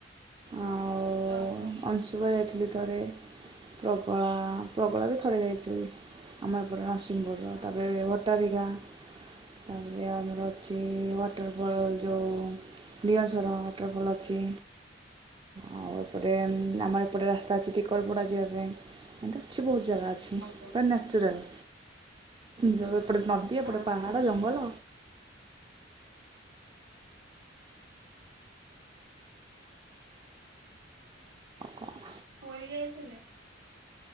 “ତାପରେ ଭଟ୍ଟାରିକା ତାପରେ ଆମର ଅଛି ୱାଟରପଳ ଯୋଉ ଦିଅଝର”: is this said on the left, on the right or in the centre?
Right